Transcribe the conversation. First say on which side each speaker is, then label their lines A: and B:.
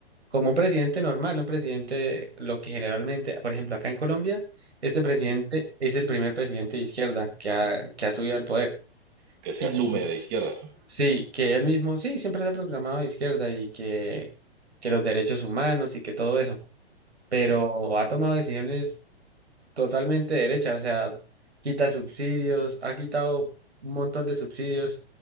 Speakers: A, on the right (about 85°); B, on the right (about 45°).
A: como un presidente normal, un presidente, lo que generalmente, por ejemplo, acá en Colombia, este presidente
B: sí,
A: es el primer presidente de izquierda que ha, que ha subido al poder.
B: que se
A: Y
B: asume de izquierda, ¿no?
A: sí, que él mismo, sí, siempre se ha proclamado de izquierda y que, que los derechos humanos y que todo eso pero
B: Sí,
A: ha tomado decisiones totalmente derecha, o sea, quita subsidios, ha quitado un montón de subsidios,